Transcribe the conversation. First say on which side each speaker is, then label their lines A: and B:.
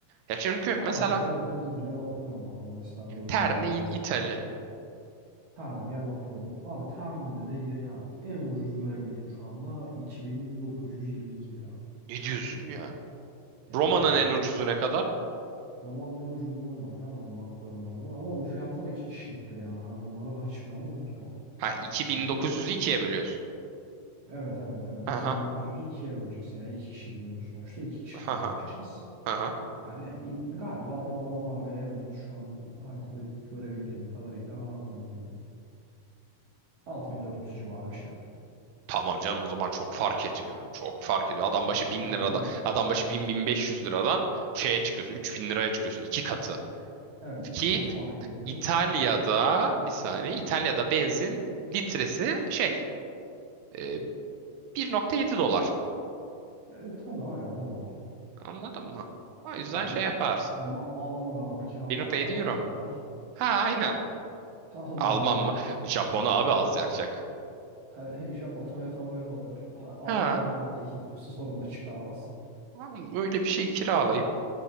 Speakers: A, on the right; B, on the right.
A: Ya çünkü
B: Terne'de
A: mesela
B: hızlıca bakıyorum ama mesela bir Airbnb
A: Terni İ-
B: sana.
A: İtali.
B: Termi'ye bakıyorum. Abi Termi'de de yine ya en ucuz görebildiğim şu anda 2922 lira.
A: Ne diyorsun ya?
B: E
A: Roma'nın
B: tabi ya.
A: en ucuzu
B: Şimdi
A: ne kadar?
B: romanın en ucuzuna ama hemen bakıyorum abi. Ama bu fiyatlar iki kişiliktir yani. Hani bunları hiçbir zaman unutma.
A: Ha 2900'ü
B: Hani
A: ikiye bölüyorsun.
B: evet evet evet
A: Aha.
B: 2900'ü ikiye böleceksin. Yani iki kişi gidiyoruz sonuçta. iki kişi
A: Aha.
B: paylaşacağız.
A: Aha.
B: Yani ilk, galiba romanın abi en ucuz şu an haritada görebildiğim kadarıyla hmm, 6400 civarı bir şeyler.
A: Tamam canım o zaman çok fark ediyor. Çok fark ediyor. Adam başı
B: Evet,
A: 1000
B: ya
A: liradan,
B: evet.
A: adam başı bin bin beş yüz liradan şeye çıkıyorsun. üç bin liraya çıkıyorsun. iki katı.
B: Evet iki
A: Ki
B: kat fark ediyor.
A: İtalya'da bir saniye İtalya'da benzin litresi şey e, 1.7 dolar.
B: E tabii aynen o da var.
A: Anladın mı? O yüzden
B: Hani
A: şey yaparsın.
B: o zaman Alman araba kiralarsak
A: 1.7 euro.
B: az yakar.
A: Ha aynen.
B: <laughs> Alman
A: Alman
B: araba
A: mı?
B: yakar.
A: Japon abi az yakacak.
B: Hani <laughs> Japon Toyota Toyota olur. Ha- Almanlar
A: Ha,
B: da iyidir. Su sorun da çıkaramaz.
A: oğlum öyle bir şey kiralayıp